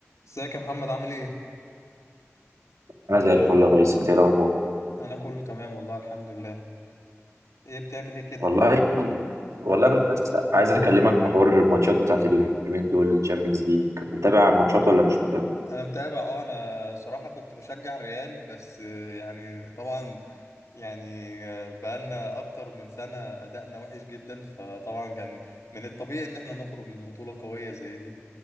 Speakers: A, on the left; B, on the right.
A: ازيك يا محمد عامل ايه؟
B: انا زي الفل يا ريس انت ايه الاخبار
A: انا كله تمام والله الحمد لله ايه بتعمل ايه كده؟
B: والله والله كنت بس عايز اكلمك في حوار الماتشات بتاعت اليومين دول تشامبيونز ليج متابع ماتشات ولا مش متابع
A: انا متابع اه انا صراحة كنت بشجع الريال بس آه، يعني طبعا يعني آه، بقالنا اكتر من سنة ادائنا وحش جدا فطبعا كان من الطبيعي ان احنا نخرج من بطولة قوية زي دي